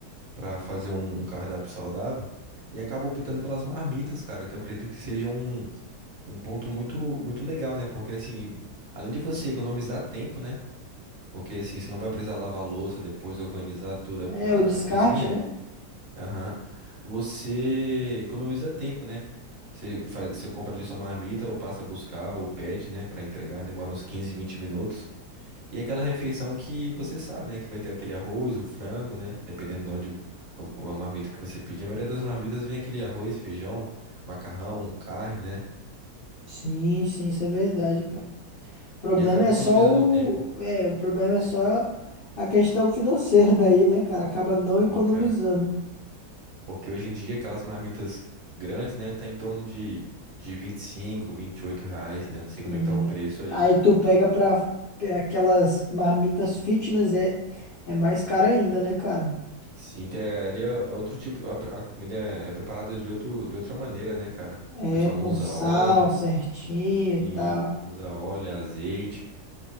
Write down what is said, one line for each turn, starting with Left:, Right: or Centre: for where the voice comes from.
Right: para fazer um, um cardápio saudável e acaba optando pelas marmitas, cara, que eu acredito que seja um, um ponto muito muito legal, né? Porque assim, além de você economizar tempo, né? Porque assim, você não vai precisar lavar a louça depois, organizar tudo
Left: É,
Right: a,
Left: o descarte,
Right: a- cozinha.
Left: né?
Right: Aham. Você economiza tempo, né? Você faz, você compra ali sua marmita, ou passa a buscar, ou pede, né, Pra entregar. Demora uns 15 20 minutos. E é aquela refeição que você sabe, né, que vai ter aquele arroz, o frango, né, dependendo de onde vo- a a marmita que você pedir. A maioria das marmitas vem aquele arroz, feijão, macarrão, carne, né?
Left: Sim, sim, isso é verdade, cara. O problema
Right: E acaba
Left: é
Right: economizando
Left: só o,
Right: o tempo.
Left: é, o problema é só a questão financeira <laughs> daí, né, cara? Acaba não
Right: Sim,
Left: economizando.
Right: cara. Porque hoje em dia aquelas marmitas grandes, né, tá em torno de, de vinte vinte e cinco, vinte e oito reais, né? Não sei
Left: E
Right: como é que tá o preço aí.
Left: aí tu pega pra pra aquelas marmitas fitness, é, é mais cara ainda, né, cara?
Right: Sim, que é, ali é é outro tipo, a, pre- a comida é é preparada de outro, de outra maneira, né, cara?
Left: É
Right: O pessoal
Left: com
Right: não usa
Left: sal
Right: óleo,
Left: certinho
Right: sim,
Left: e tal.
Right: usa óleo, é azeite.